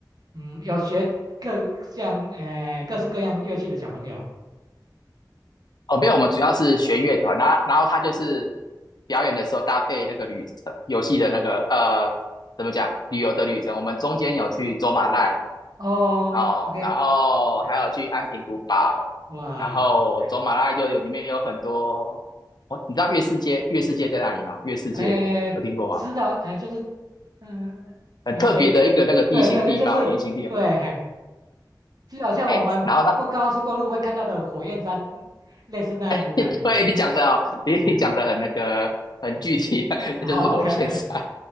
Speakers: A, on the right (about 60°); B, on the left (about 65°).
A: 嗯，有学各像呃各式各样乐器的小朋友？
B: 哦，没有，我们主要是弦乐团，然后然后他就是表演的时候搭配那个旅程，游戏的那个呃，怎么讲，旅游的旅程。我们中间有去走马濑
A: 哦，OK，
B: 哦，然后还有去安平古堡，
A: 嗯，哇，
B: 然后走马濑就有里面有很多，
A: 嗯，
B: 哦，你知道月世界月世界在哪里吗？月世界有听过吗？
A: 哎，知道，哎，就是，嗯，
B: 很特别的一个那个地形地貌，
A: 哎，也对对对，就是对，
B: 圆形地貌。
A: 嘿，就好像我们经过高速公路会看到的火焰山，
B: 哎，然后呢，
A: 类似那样子感觉，
B: <laughs> 对你讲的哦，你你讲的很那个很具体，
A: 嗯嗯，
B: <laughs>
A: 哦
B: 就是火焰山。
A: o k OK，<laughs>